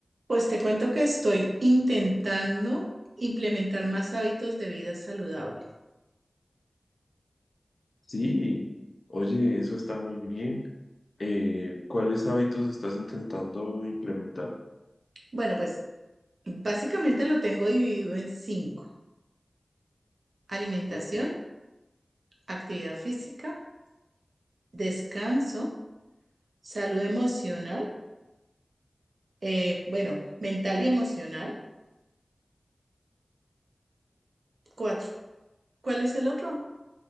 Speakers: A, on the right (about 85°); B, on the left (about 65°).
A: Pues te cuento que estoy intentando implementar más hábitos de vida saludable.
B: Sí, oye, eso está muy bien. Eh, ¿cuáles hábitos estás intentando implementar?
A: Bueno, pues básicamente lo tengo dividido en cinco. Alimentación,
B: Ok.
A: actividad física, descanso, salud emocional, eh, bueno, mental y emocional. Cuatro. ¿Cuál es el otro?